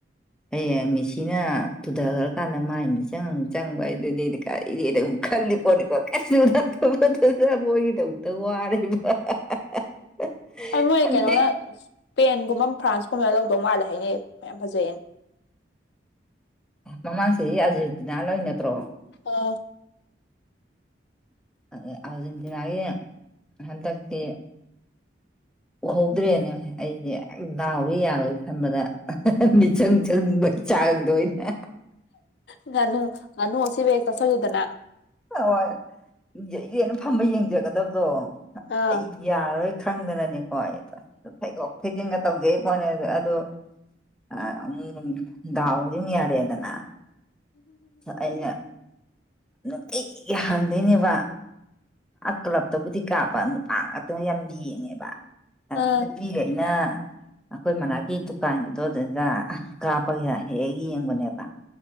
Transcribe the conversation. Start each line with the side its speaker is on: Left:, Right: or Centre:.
Centre: ꯍꯌꯦꯡ ꯃꯤꯁꯤꯅ ꯇꯨꯊꯈ꯭ꯔꯀꯥꯟꯗ ꯃꯥꯏ ꯃꯤꯆꯪ ꯑꯃꯨꯛ ꯆꯪꯕ ꯍꯥꯏ ꯑꯗꯨꯅꯤ ꯕꯤꯀꯔꯤꯗꯤ ꯑꯗꯨꯝ ꯈꯜꯂꯤ ꯄꯣꯠꯅꯤ ꯀꯩꯁꯨ ꯅꯠꯇꯕꯗ <unintelligible>
Left: ꯑ ꯃꯣꯏ
Centre: ꯑꯗꯩ
Left: ꯀꯩꯅꯣꯅ ꯏꯁꯄꯦꯟ ꯀꯨꯨꯝꯕ ꯐ꯭ꯔꯥꯟꯁꯀꯨꯝꯕꯅ ꯂꯧꯗꯧ ꯃꯥꯜꯂꯦ ꯍꯥꯏꯅꯤ ꯃꯌꯥꯝ ꯐꯖꯩꯌꯦꯅ
Centre: ꯃꯃꯥꯡ ꯆꯍꯤ ꯑꯔꯖꯦꯟꯇꯤꯅ ꯂꯧꯔꯤ ꯅꯠꯇ꯭ꯔꯣ
Left: ꯎꯝ
Centre: ꯑꯣ ꯑꯥꯔꯖꯦꯟꯇꯤꯅꯥꯒꯤ ꯍꯟꯗꯛꯇꯤ ꯎꯍꯧꯗ꯭ꯔꯦꯅꯦ ꯑꯩꯗꯤ ꯗꯥꯎꯁꯦ ꯌꯥꯔꯣꯏ ꯈꯟꯕꯗ ꯃꯤꯆꯪ ꯆꯪꯅꯤꯡꯕꯒꯤ ꯆꯥꯡꯗꯣ ꯑꯩꯅ
Left: ꯉꯅꯨ ꯉꯅꯨ ꯑꯁꯤꯕ ꯍꯦꯛ ꯆꯥꯁꯤꯟꯂꯨꯗꯅ
Centre: ꯍ ꯍꯣꯏ ꯏꯔꯦꯅ ꯐꯝꯕ ꯌꯦꯡꯖꯒꯗꯕꯗꯣ
Left: ꯑꯥ
Centre: ꯑꯩ ꯌꯥꯔꯔꯣꯏ ꯈꯪꯗꯅꯅꯦꯀꯣ ꯑꯩ ꯊꯩꯗꯣꯛ ꯊꯩꯖꯤꯟꯒ ꯇꯧꯖꯩ ꯄꯣꯠꯅꯦ ꯑꯗꯣ ꯑꯃꯨ ꯗꯥꯎꯗꯤ ꯑꯗꯨꯝ ꯌꯥꯗꯦꯅ ꯑꯩꯅ ꯅꯨꯡꯇꯤꯒꯤ ꯍꯪꯗꯣꯏꯅꯦꯕ ꯀ꯭ꯂꯞꯇꯕꯨꯗꯤ ꯀꯥꯞ ꯅꯨꯄꯥ ꯉꯥꯛꯇꯅ ꯌꯥꯝ ꯌꯦꯡꯉꯦꯕ
Left: ꯑꯥ
Centre: ꯅꯨꯄꯤꯒꯩꯅ ꯑꯩꯈꯣꯏ ꯃꯅꯥꯛꯀꯤ ꯗꯨꯀꯥꯟꯒꯤꯗꯣ ꯑꯗꯨꯗꯩꯗ ꯀꯥꯞꯄꯒ ꯍꯦꯛ ꯍꯦꯛ ꯌꯦꯡꯕꯅꯦꯕ